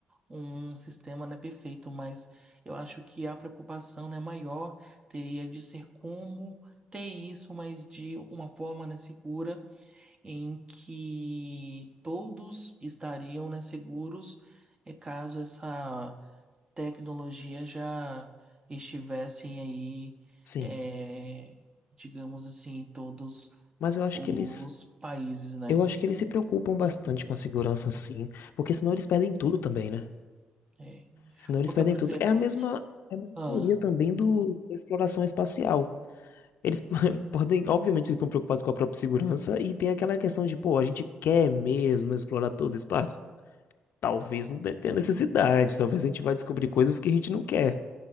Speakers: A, on the right; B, on the left.
A: um sistema não é perfeito, mas eu acho que a preocupação, né, maior teria de ser como ter isso, mas de uma forma, né, segura, em que todos estariam, né, seguros, é caso essa tecnologia já estivessem aí,
B: Sim,
A: é, digamos assim, em todos
B: mas eu acho
A: os
B: que eles,
A: países, né?
B: eu acho que eles se preocupam bastante com a segurança, sim, porque senão eles perdem tudo também, né?
A: É,
B: Senão eles
A: Porque,
B: perdem
A: por
B: tudo.
A: exemplo,
B: É a mesma, é a mesma
A: ah,
B: teoria também do, da exploração espacial. Eles <laughs> podem, obviamente, eles estão preocupados com a própria segurança e tem aquela questão de, pô, a gente quer mesmo explorar todo o espaço? Talvez não tenha necessidade, talvez a gente vai descobrir coisas que a gente não quer,